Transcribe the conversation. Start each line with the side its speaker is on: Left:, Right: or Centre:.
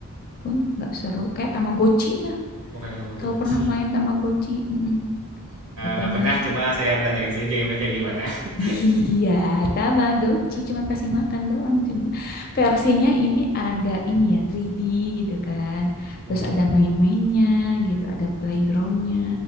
Left: pun nggak seru kayak Tamagotchi nah
Right: Oh, kayak nama Goci.
Left: kalau pernah main Tamagotchi mm nggak
Right: nggak
Left: pernah
Right: pernah, cuma saya pernah dengar sih gamenya kayak gimana. <laughs>
Left: iya Tamagotchi cuman kasih makan doang cuman versinya ini agak ini ya 3D gitu kan
Right: Oh,
Left: terus ada main-mainnya gitu ada playgroundnya